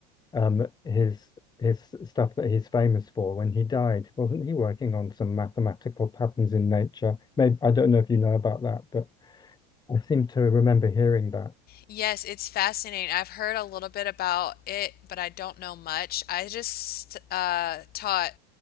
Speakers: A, on the left (about 20°); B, on the left (about 45°).
A: um his his stuff that he's famous for when he died? Wasn't he working on some mathematical patterns in nature? Maybe I don't know if you know about that, but I seem to remember hearing that.
B: Yes, it's fascinating. I've heard a little bit about it, but I don't know much. I just uh, taught